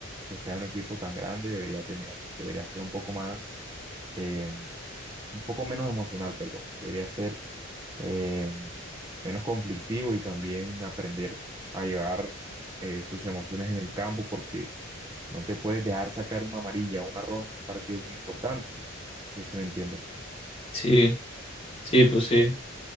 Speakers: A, on the right; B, on the left.
A: que está en un equipo tan grande debería tener, debería ser un poco más eh, un poco menos emocional, perdón. Debería ser eh, menos conflictivo y también aprender a llevar eh, sus emociones en el campo porque no te puedes dejar sacar una amarilla o una roja en un partido muy importante. No sé si me entiendes.
B: Sí, sí, pues sí.